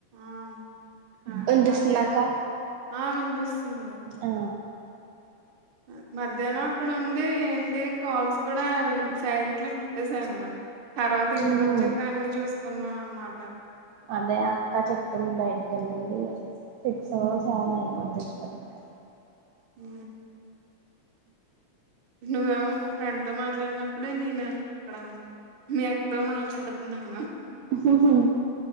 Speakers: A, on the right; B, on the right.
A: ఆ అదే
B: వినిపిస్తుందా
A: మధ్యాన్
B: అక్క
A: ఆ వినిపిస్తుంది
B: ఆ
A: ఆ మధ్యాహ్నం అక్కడ ఉండి ఏంటి కాల్స్ కూడా సైలెంట్ లో పెట్టేసాను తర్వాత ఇంటికి
B: ఉహు
A: వచ్చాక అన్ని చూసుకున్నాను అన్నమాట
B: అదే అక్క చెప్పింది బయటికి వెళ్ళింది సిక్స్ ఓ సెవెన్ ఓ అయిపోద్ది వచ్చేసరికే
A: ఉ నువ్వ ఫ్రెండ్ తో మాట్లాడినప్పుడే నేను అక్కడ మీ అక్కతో మాట్లాడుతున్నాను
B: హుహు